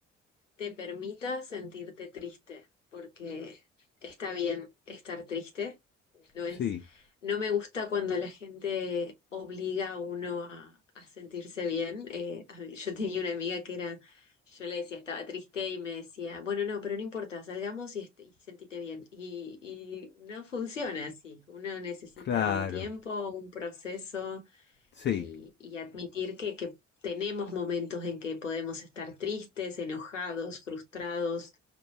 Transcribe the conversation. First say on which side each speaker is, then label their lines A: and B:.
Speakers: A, on the left (about 85°); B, on the left (about 30°).
A: te permita sentirte triste, porque está bien estar triste, no es,
B: Sí,
A: no me gusta cuando la gente obliga a uno a, a sentirse bien. Eh, a mí- yo tenía una amiga que era, yo le decía, estaba triste y me decía, bueno, no, pero no importa, salgamos y, est- y sentite bien. Y, y no funciona así, uno necesita
B: claro,
A: un tiempo, un proceso
B: sí,
A: y, y admitir que, que tenemos momentos en que podemos estar tristes, enojados, frustrados